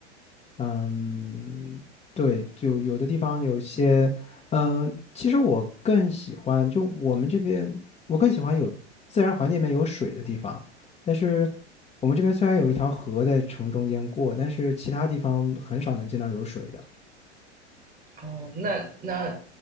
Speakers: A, on the left; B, on the right.
A: 嗯，对，就有的地方有些，嗯，其实我更喜欢，就我们这边，我更喜欢有自然环境里面有水的地方。但是我们这边虽然有一条河在城中间过，但是其他地方很少能见到有水的。
B: 哦，那那